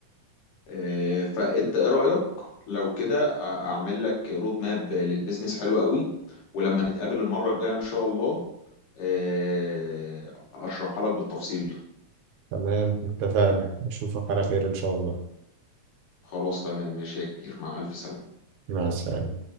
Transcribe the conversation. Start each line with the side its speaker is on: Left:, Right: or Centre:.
Left: آه، فانت ايه رأيك لو كده أ- اعمل لك رود ماب للبيزنس حلو قوي ولما نتقابل المرة الجاية ان شاء الله آه، اشرحها لك بالتفصيل
Right: تمام اتفقنا اشوفك على خير ان شاء الله
Left: خلاص تمام ماشي يا كبير مع الف سلامة
Right: مع السلامة